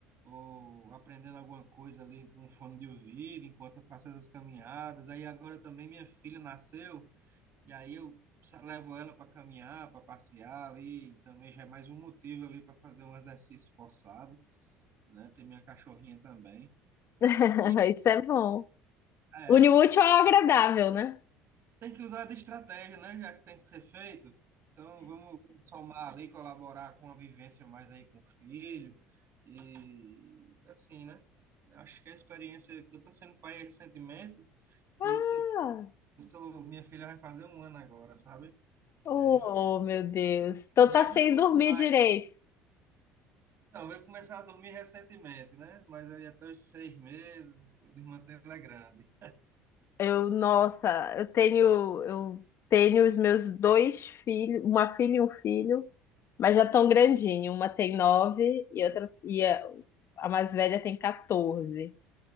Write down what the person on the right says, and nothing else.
ou aprendendo alguma coisa ali com fone de ouvido, enquanto eu faço essas caminhadas. Aí agora também minha filha nasceu, e aí eu sa- levo ela para caminhar, para passear ali, também já é mais um motivo ali para fazer um exercício forçado, né? Tem minha cachorrinha também.
E
é,
tem que usar de estratégia, né? Já que tem que ser feito. Então vamos somar ali, colaborar com a vivência mais aí com o filho. E assim, né? Acho que a experiência que eu estou sendo pai recentemente,
E tu- eu sou, minha filha vai fazer um ano agora, sabe?
E aí
me
ajudou
demais.
Então, eu comecei a dormir recentemente, né? Mas aí até os seis meses, o manter ela é grande.